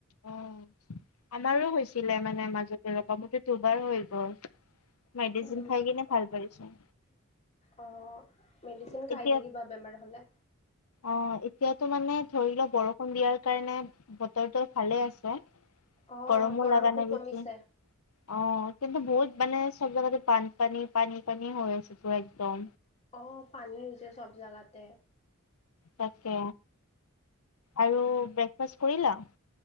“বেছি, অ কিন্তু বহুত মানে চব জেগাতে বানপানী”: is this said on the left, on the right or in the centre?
Left